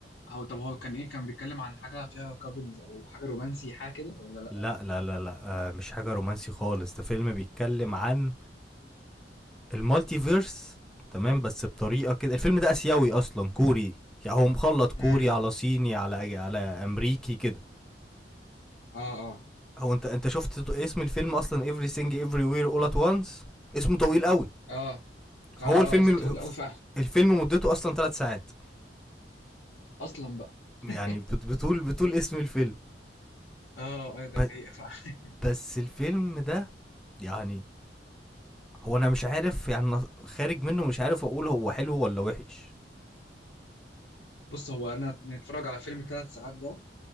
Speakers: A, on the left; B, in the centre.
A: هو طب هو كان ايه كان بيتكلم عن حاجه فيها كابلز او حاجه رومانسي حاجه كده ولا لا
B: لا لا لا لا آه مش حاجه رومانسي خالص ده فيلم بيتكلم عن المالتيفيرس تمام بس بطريقه كده الفيلم ده اسيوي اصلا كوري يعني هو مخلط كوري
A: امم
B: على صيني على على امريكي كده
A: اه اه
B: هو انت انت شفت اسم الفيلم اصلا everything everywhere all at once اسمه طويل قوي
A: اه اه
B: فهو الفيلم
A: اه اسمه طويل قوي فعلا
B: الفيلم مدته اصلا ثلاث ساعات
A: اصلا بقى <laughs>
B: يعني بت- بتقول بتقول اسم الفيلم
A: اه ايوه ده
B: ب-
A: حقيقه فعلا <laughs>
B: بس الفيلم ده يعني هو انا مش عارف يعني أنا خارج منه مش عارف اقول هو حلو ولا وحش
A: بص هو انا نتفرج على فيلم ثلاث ساعات ده